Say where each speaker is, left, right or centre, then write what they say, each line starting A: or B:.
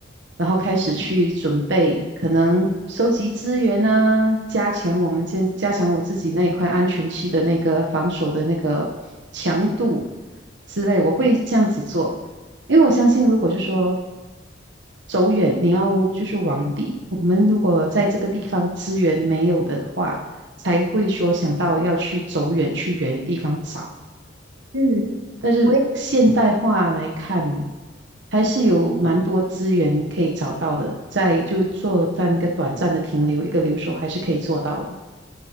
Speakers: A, on the right; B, on the right.
A: 然后开始去准备，可能收集资源啊，加强我们先加强我自己那一块安全区的那个防守的那个强度之类，我会这样子做。因为我相信，如果是说走远，你要就是往地，我们如果在这个地方资源没有的话，才会说想到要去走远，去远的地方找。
B: 嗯。
A: 但是现代化来看，
B: 我也。
A: 还是有蛮多资源可以找到的，在就做在一个短暂的停留，一个留守还是可以做到的。